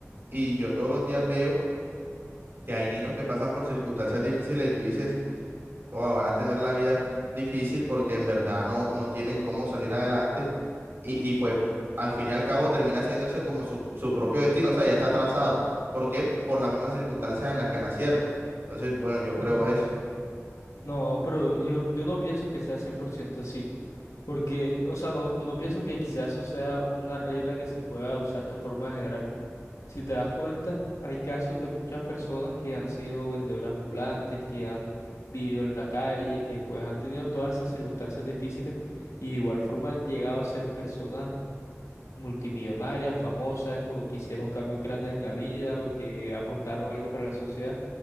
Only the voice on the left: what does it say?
Mm,
No, pero yo, yo no pienso que sea 100% así. Porque, o sea, no, no pienso que quizás eso sea una regla que se pueda usar de forma general. Si te das cuenta, hay casos de muchas personas que han sido vendedoras ambulantes, que han vivido en la calle, que pues han tenido todas esas circunstancias difíciles y de igual forma han llegado a ser personas multimillonarias, famosas o que hicieron cambios grandes en la vida o que aportaron algo para la sociedad